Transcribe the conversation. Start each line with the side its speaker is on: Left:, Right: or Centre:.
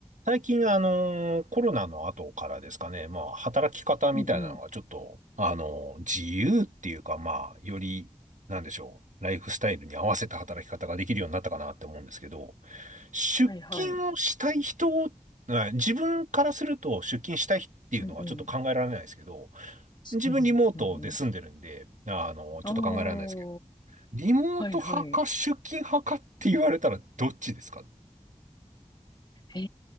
Right: 最近、あのー、コロナの後からですかね、まあ、働き方みたいなのがちょっと、
Left: うんうん。
Right: あのー、自由っていうか、まあ、より、なんでしょう、ライフスタイルに合わせた働き方ができるようになったかなって思うんですけど、出勤をしたい人、
Left: はいはい。
Right: はい自分からすると出勤したいっていうのがちょっと考えられないですけど、
Left: うんうん。
Right: 自分リモートで住んでるんで、
Left: うんうんうん。
Right: あのー、
Left: ああ
Right: ちょっと考えられないですけど、リモート派か出勤派かって言われたらどっちですか
Left: はいはい。え